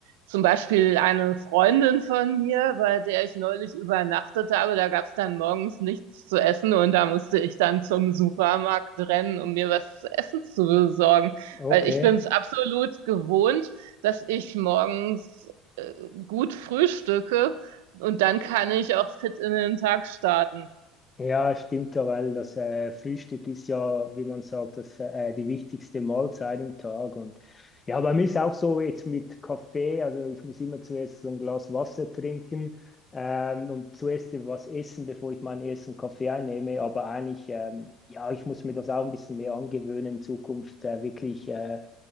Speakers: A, on the right (about 80°); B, on the left (about 20°).
A: Zum Beispiel eine Freundin von mir, bei der ich neulich übernachtet habe, da gab es dann morgens nichts zu essen und da musste ich dann zum Supermarkt rennen, um mir was zu essen zu besorgen.
B: Okay.
A: Weil ich bin es absolut gewohnt, dass ich morgens, äh, gut frühstücke und dann kann ich auch fit in den Tag starten.
B: Ja, stimmt ja, weil das äh, Frühstück ist ja, wie man sagt, das, äh, die wichtigste Mahlzeit im Tag. Und ja, bei mir ist auch so jetzt mit Kaffee, also ich muss immer zuerst so ein Glas Wasser trinken ähm, und zuerst was essen, bevor ich meinen ersten Kaffee einnehme. Aber eigentlich, ähm, ja, ich muss mir das auch ein bisschen mehr angewöhnen, in Zukunft äh, wirklich äh,